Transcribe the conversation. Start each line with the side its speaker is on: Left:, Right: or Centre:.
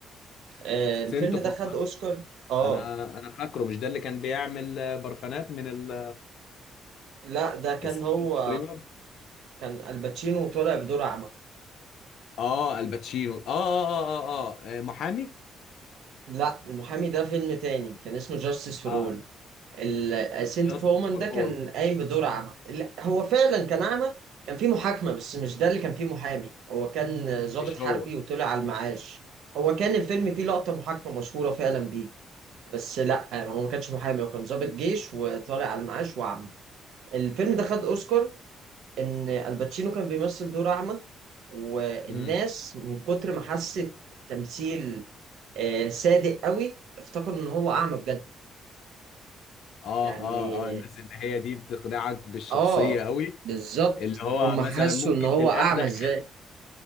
Right: آه
Left: سنتو
Right: الفيلم ده
Left: فورما
Right: خد اوسكار اه
Left: انا انا فاكره مش ده اللي كان بيعمل آه، برفانات من ال-
Right: لا ده كان
Left: الستين
Right: هو
Left: تقريبا
Right: كان الباتشينو طالع بدور أعمى
Left: اه الباتشينو اه اه اه اه, آه. آه، محامي
Right: لا المحامي ده فيلم تاني كان اسمه جاستس فور
Left: اه
Right: اول السنت
Left: جاستس
Right: اوف وومن
Left: فور
Right: ده كان
Left: اول
Right: قايم بدور أعمى لا هو فعلا كان أعمى كان في محاكمة بس مش ده اللي كان فيه محامي هو كان ضابط
Left: مش
Right: حربي
Left: هو
Right: وطلع على المعاش هو كان الفيلم فيه لقطة محاكمة مشهورة فعلا بيه بس لا هو ما كانش محامي هو كان ضابط جيش وطالع على المعاش وأعمى الفيلم ده خد أوسكار ان الباتشينو كان بيمثل دور اعمى والناس
Left: امم
Right: من كتر ما حست التمثيل آه، صادق قوي افتكروا ان هو اعمى بجد
Left: اه
Right: يعني
Left: اه اه الناس اللي هي دي بتقنعك بالشخصيه
Right: اه
Left: قوي
Right: بالظبط
Left: اللي هو
Right: هم
Left: مثلا
Right: حسوا
Left: ممكن
Right: ان هو
Left: تلاقيه
Right: اعمى
Left: دخل
Right: ازاي